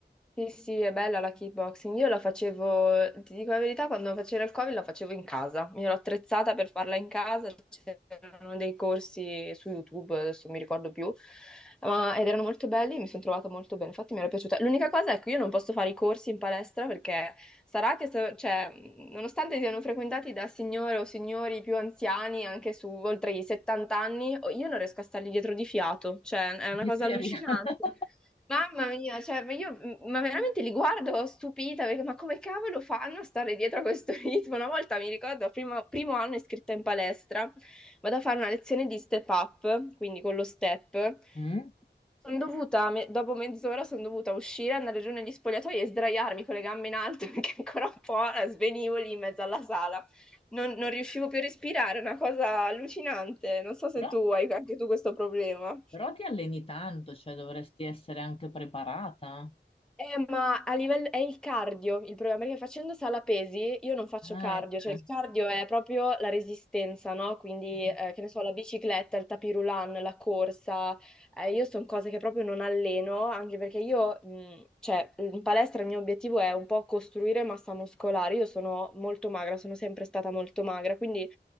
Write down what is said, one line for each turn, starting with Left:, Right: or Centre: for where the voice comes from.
Centre: Sì, sì, è bella la kickboxing. Io la facevo, ti dico la verità, quando facevo il Covid la facevo in casa. Mi ero attrezzata per farla in casa, c'erano dei corsi su YouTube, adesso non mi ricordo più, ma, ed erano molto belli, mi sono trovata molto bene, infatti mi era piaciuta. L'unica cosa è che io non posso fare i corsi in palestra perché sarà che, se- cioè, nonostante siano frequentati da signore o signori più anziani, anche su oltre i 70 anni, io non riesco a stargli dietro di fiato, cioè è una
Left: Miseria.
Centre: cosa allucinante.
Left: <laughs>
Centre: Mamma mia, cioè, ma io m- ma veramente li guardo stupita perché ma come cavolo fanno a stare dietro a questo <laughs> ritmo? Una volta mi ricordo, primo, primo anno iscritta in palestra, vado a fare una lezione di step up, quindi con lo step.
Left: Mm?
Centre: Sono dovuta, me- dopo mezz'ora sono dovuta uscire, andare giù negli spogliatoi e sdraiarmi con le gambe in alto <laughs> perché ancora un po' eh, svenivo lì in mezzo alla sala. Non, non
Left: Eh,
Centre: riuscivo più a respirare, è una cosa allucinante. Non so se
Left: Però,
Centre: tu hai anche tu questo problema.
Left: però ti alleni tanto, cioè dovresti essere anche preparata.
Centre: Eh, ma a livello è il cardio il problema, perché facendo sala pesi io non faccio
Left: Ah,
Centre: cardio,
Left: ecco.
Centre: cioè il cardio è proprio la resistenza, no? Quindi,
Left: Mhm.
Centre: eh, che ne so, la bicicletta, il tapis roulant, la corsa, eh, io sono cose che proprio non alleno, anche perché io, mh, cioè, in palestra il mio obiettivo è un po' costruire massa muscolare. Io sono molto magra, sono sempre stata molto magra, quindi